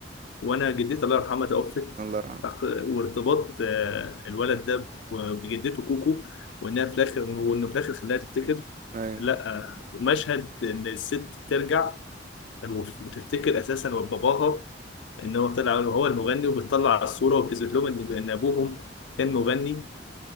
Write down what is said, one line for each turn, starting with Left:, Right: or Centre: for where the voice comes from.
Left: وانا جدتي الله يرحمها توفت
Right: الله يرحمه
Left: فق- وارتباط آه، الولد ده بجدته كوكو وانها في الاخر وانه في الاخر خلاها تفتكر
Right: ايوه
Left: لا آه، ومشهد ان الست بترجع وتفتكر اساسا باباها ان هو طلع هو المغني وبتطلع على الصوره وبتثبت لهم ان إن ابوهم كان مغني